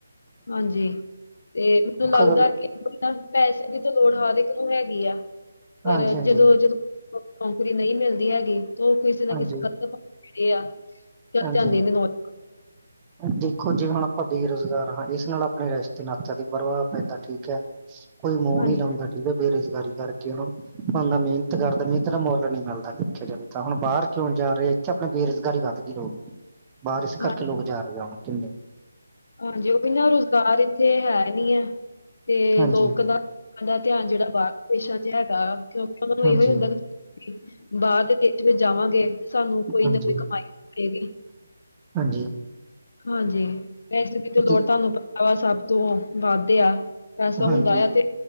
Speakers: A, on the left; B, on the right.
A: ਹਾਂਜੀ ਤੇ ਮੈਨੂੰ ਲਗਦੈ
B: ਅਗਰ
A: ਕੇ ਬੰਦਾ ਪੈਸੇ ਦੀ ਤੇ ਲੋੜ ਹਰ ਇਕ ਨੂੰ ਹੈਗੀ ਆ ਪਰ
B: ਹਾਂਜੀ ਹਾਂਜੀ
A: ਜਦੋਂ-ਜਦੋਂ ਨੌਕਰੀ ਨਹੀ ਮਿਲਦੀ ਹੈਗੀ ਤੇ ਓ ਕਿਸੀ ਨਾ
B: ਹਾਂਜੀ
A: ਕਿਸੀ ਗਲਤ ਪਾਸੇ ਜੇੜੇ ਆ, ਚਲ
B: ਹਾਂਜੀ
A: ਜਾਂਦੇ ਨੇ ਨੌਜ
B: ਦੇਖੋ ਜੇ ਹੁਣ ਆਪਾਂ ਬੇਰੁਜ਼ਗਾਰ ਹਾਂ ਇਸ ਨਾਲ ਆਪਣੇ ਰਿਸ਼ਤੇ ਨਾਤੇਆਂ ਤੇ ਪ੍ਰਭਾਵ ਪੈਂਦਾ, ਠੀਕ ਐ। ਕੋਈ ਮੂੰਹ
A: ਹਾਂਜੀ
B: ਨੀ ਲਾਂਦਾ। ਠੀਕ ਐ ਬੇਰੁਜ਼ਗਾਰੀ ਕਾਰਕੇ ਹੁਣ ਬੰਦਾ ਮੇਹਨਤ ਕਾਰਦਾ, ਮੇਹਨਤ ਦਾ ਮੁੱਲ ਨੀ ਮਿਲਦਾ ਦੇਖੇਆ ਜਾਵੇ ਤਾਂ ਹੁਣ ਬਾਰ ਕਿਉਂ ਜਾ ਰੇ, ਇੱਥੇ ਆਪਣਾ ਬੇਰੁਜ਼ਗਾਰੀ ਵੱਧ ਗੀ ਲੋਕ, ਬਾਰ ਇਸ
A: ਹਾਂ
B: ਕਾਰਕੇ ਲੋਕ ਜਾ ਰੇ ਆ ਹੁਣ ਕਿੰਨੇ
A: ਹਾਂਜੀ, ਓ ਈ ਨਾ ਰੁਜ਼ਗਾਰ ਇੱਥੇ ਹੈ ਨੀ ਹੈ ਤੇ
B: ਹਾਂਜੀ
A: ਲੋਕ ਦਾ, <unintelligible> ਦਾ ਧੇਆਨ ਜੇੜਾ ਬਾਹਰਲੇ ਦੇਸ਼ਾਂ ਚ ਹੈਗਾ ਕਿਉਂਕਿ ਓਨਾ ਨੂੰ
B: ਹਾਂਜੀ
A: ਏਹੋ ਈ ਹੁੰਦਾ ਕਿ ਬਾਰ ਦੇ ਦੇਸ਼ ਵਿੱਚ ਜਾਵਾਂਗੇ ਸਾਨੂੰ ਕੋਈ
B: ਹਾਂਜੀ
A: ਨਾ ਕੋਈ ਕਮਾਈ ਮਿਲੇਗੀ।
B: ਹਾਂਜੀ
A: ਹਾਂਜੀ, ਪੈਸੇ ਦੀ ਤੇ
B: ਜੀ
A: ਲੋੜ ਤੂਆਨੂੰ ਪਤਾ, ਸਬ ਤੋਂ ਵਾੱਧ ਆ। ਪੈਸਾ ਹੁੰਦਾ
B: ਹਾਂਜੀ
A: ਆ ਤੇ